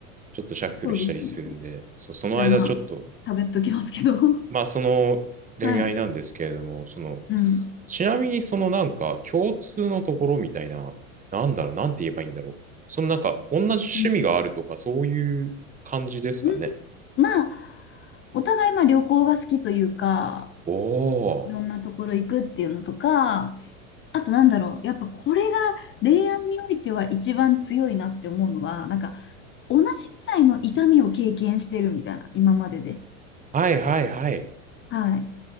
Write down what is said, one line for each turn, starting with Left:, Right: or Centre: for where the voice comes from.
Right: ちょっとシャッフルしたりするんで、
Left: そうですね。
Right: そう、その間ちょっと、
Left: じゃあ、まあ、喋っときますけど。<laughs>
Right: まあその恋愛なんですけれども、
Left: はい。
Right: その
Left: うん。
Right: ちなみにそのなんか共通のところみたいな、なんだろう、なんて言えばいいんだろう。そのなんか同じ趣味があるとかそういう感じですかね。
Left: うん。うんまあ、お互い、まあ、旅行が好きというか、
Right: おー。
Left: いろんなところ行くっていうのとか、あと、なんだろう。やっぱ、これが恋愛においては一番強いなって思うのは、なんか、同じくらいの痛みを経験してるみたいな、今までで。
Right: はいはいはい。
Left: はい。